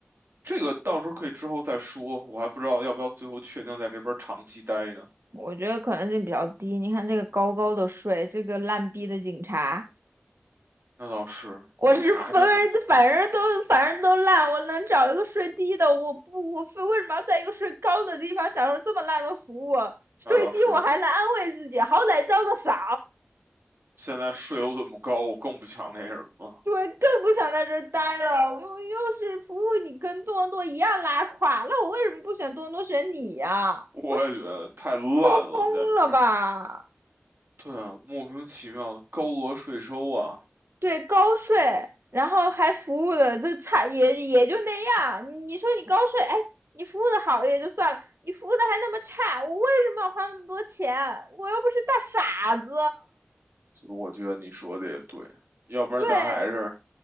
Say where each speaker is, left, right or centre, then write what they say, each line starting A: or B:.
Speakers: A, on the right (about 65°); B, on the right (about 80°).
A: 这个到时候可以之后再说，
B: 对
A: 我还不知道要不要最后确定在这边长期待呢。
B: 我觉得可能性比较低。你看这个高高的税，这个烂逼的警察，
A: 那倒是，
B: 我是分反正都反正都烂，
A: 警察真的，
B: 我能找一个税低的，我不我非为什么要在一个税高的地方享受这么烂的服务？税低我还能安慰自己，
A: 那倒是，
B: 好歹交的少。
A: 现在税又这么高，我更不想那什么，
B: 对，更不想在这儿待了。我又是服务你跟多伦多一样拉垮，那我为什么不选多伦多选你呀、
A: 我也觉得太烂了，
B: 我是抽风了吧？
A: 简直。对啊，莫名其妙的高额税收啊，
B: 对，高税，然后还服务的就差也也就那样。你你说你高税，哎，你服务的好也就算了，你服务的还那么差，我为什么要花那么多钱？我又不是大傻子。
A: 所以我觉得你说的也对，要不然咱还是。
B: 对